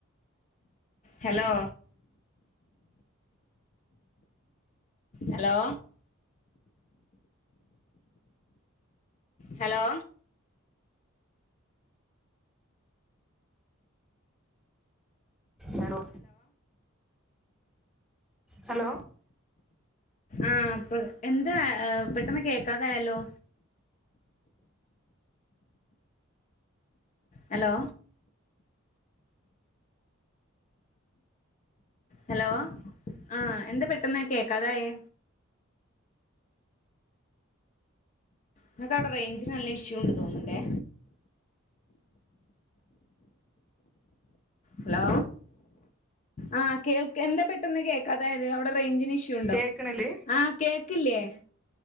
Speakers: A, on the left (about 35°); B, in the centre.
A: hello hello hello
B: hello hello
A: ആപ്പ എന്താ പെട്ടെന്ന് കേക്കാതായാലോ ഹലോ ഹലോ ആ എന്ത് പെട്ടെന്ന് കേക്കാതായെ നിങ്ങക്ക് അവിടെ റേഞ്ചിന് നല്ല ഇഷ്യൂ ഉണ്ട് തോന്നണ്ടേ ഹലോ ആ കേൾക്കാ എന്താ പെ പെട്ടന്ന് കേക്കതായത് അവിടെ റേഞ്ചിന് ഇഷ്യൂ ഉണ്ടോ
B: കേക്കണില്ലേ
A: ആഹ് കേക്കില്ലേ